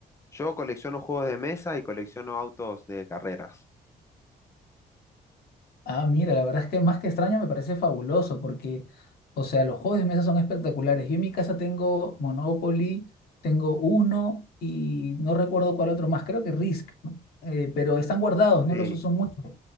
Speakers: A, on the left; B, on the left.
A: Yo colecciono juegos de mesa y colecciono autos de carreras.
B: Ah, mira, la verdad es que más que extraño me parece fabuloso porque, o sea, los juegos de mesa son espectaculares. Yo en mi casa tengo Monopoly, tengo Uno y no recuerdo cuál otro más, creo que Risk, ¿no? Eh, pero están guardados,
A: Sí,
B: no los uso mucho,